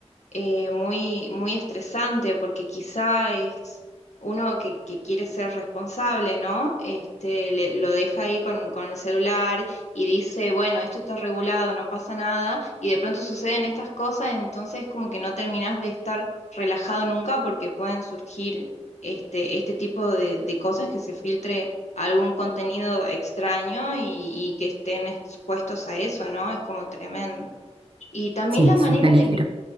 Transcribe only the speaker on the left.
eh, muy, muy estresante porque quizá es uno que, que quiere ser responsable, ¿no? Este, le- lo deja ahí con, con el celular y dice, bueno, esto está regulado, no pasa nada, y de pronto suceden estas cosas, entonces como que no terminás de estar relajado nunca porque pueden surgir este, este tipo de, de cosas que se filtre algún contenido extraño y, y que estén expuestos a eso, ¿no? Es como tremendo. Y también
la manera
de, vin-